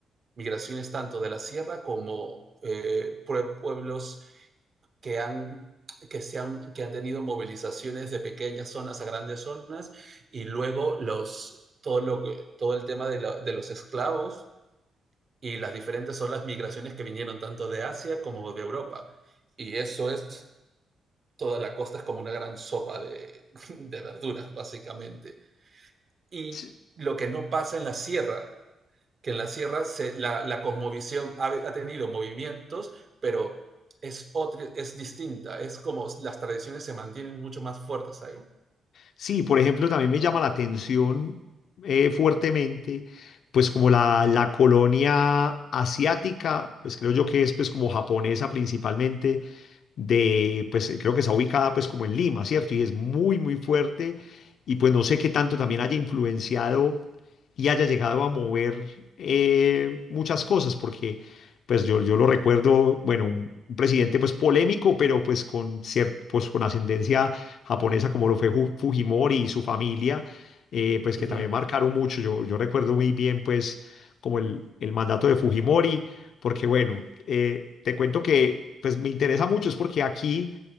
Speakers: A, on the right; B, on the left.
A: Migraciones tanto de la sierra como eh, pueblos que han, que, se han, que han tenido movilizaciones de pequeñas zonas a grandes zonas y luego los, todo, lo, todo el tema de, la, de los esclavos y las diferentes son las migraciones que vinieron tanto de Asia como de Europa. Y eso es, toda la costa es como una gran sopa de, <laughs> de verduras, básicamente. Y
B: Sí,
A: lo que no pasa en la sierra, que en la sierra se, la, la, cosmovisión ha, ha, tenido movimientos, pero es, otra, es distinta, es como las tradiciones se mantienen mucho más fuertes ahí.
B: Sí, por ejemplo, también me llama la atención eh, fuertemente, pues como la, la colonia asiática, pues creo yo que es pues como japonesa principalmente, de, pues creo que está ubicada pues como en Lima, ¿cierto? Y es muy, muy fuerte y pues no sé qué tanto también haya influenciado y haya llegado a mover eh, muchas cosas, porque pues yo, yo lo recuerdo, bueno, un, un presidente pues polémico, pero pues con, cier- pues, con ascendencia japonesa
A: Uh -huh,
B: como lo fue Ju- Fujimori y su familia, eh, pues
A: uh
B: que también
A: -huh,
B: marcaron mucho. Yo, yo recuerdo muy bien pues como el, el mandato de Fujimori, porque bueno, eh, te cuento que pues me interesa mucho es porque aquí